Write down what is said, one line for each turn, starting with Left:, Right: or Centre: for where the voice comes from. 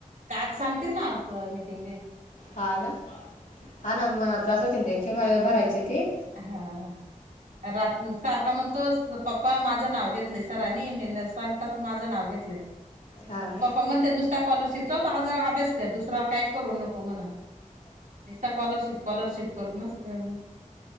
Right: आज सांगतील ना आज मीटिंग
Left: हा ना, हा ना म <unintelligible> त्यांची मा भरायची ती.
Right: हाअ्ं रात्र सारखा म्हणतो पप्पा माझं नाव घेतलं सरांनी मी न सांगताच माझं नाव घेतलंय.
Left: हां ना
Right: पप्पा म्हणते नुसत स्कॉलरशिपचा आज अभ्यास कर दुसरा काय करू नको. हो ना नसता स्कॉलरशिप स्कॉलरशिप करू असं.